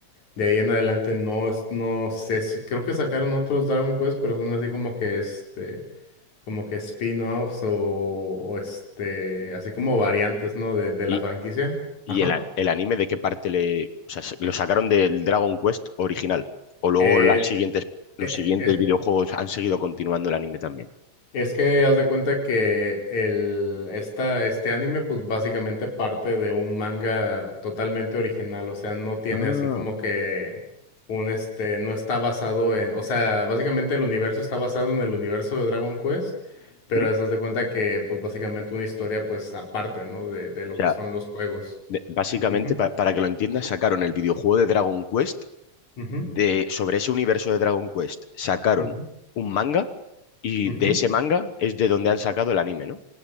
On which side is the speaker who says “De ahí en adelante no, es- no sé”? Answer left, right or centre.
Left